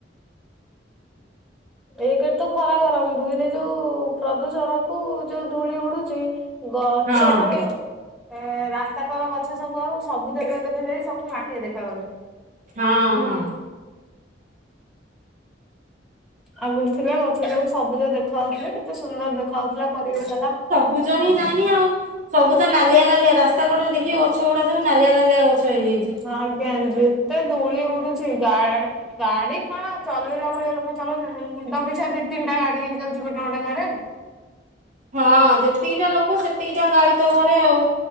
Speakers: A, in the centre; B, on the right.
A: ଏକେରେ ତ ଖରା ଗରମ, ଦୁଇରେ ଯୋଉ ପ୍ରଦୂଷଣ କୁ ଯୋଉ ଧୂଳି ଉଡୁଛି ଗଛ
B: ହଁ
A: ମାନେ
B: ହଁ ହଁ।
A: ଏ ରାସ୍ତାକର ଗଛ ସବୁ ଆଉ ସବୁଜ ନ ଦେଖାଯାଇ, ସବୁ ମାଟିଆ ଦେଖାାଗଲାନି।
B: ହଁ ହଁ।
A: ଆଗରୁ ଥିଲା ଗଛ ସବୁ ସବୁଜ ଦେଖା ଯାଉଉଥିଲା। କେତେ ସୁନ୍ଦର ଦେଖା ଯାଉଥିଲା ପରିବେଶ ଟା।
B: ସୂରୁଜ ହିଁ ନାହିଁ, ଆଉ ସବୁ ତ ନାଲିଆ, ନାଲିଆ। ରାସ୍ତା କଡରେ ଦେଖିକି ଗଛ ଗୁଡା ସବୁ ନାଲିଆ ନାଲିଆ ଗଛ। ହେଇଯାଇଛି।
A: ଆଜ୍ଞା ଯେତେ ଧୂଳି ଉଡୁଛି ଗା ଗାଡି କଣ ଚଲେଇଲା ଭଳିଆ ଲୋକ ଚଲଉଛନ୍ତି, ମୁଣ୍ଡ ପିଛା ଦି ତିନିଟା ଗାଡି ହେଇଯାଉଛି ଗୋଟେ ଗୋଟେ ଘରେ।
B: ହଁ ଯେତିକିଟା ଲୋକ, ସେତିକିଟା ଗାଡି, ତ ଘରେ ଆଉ।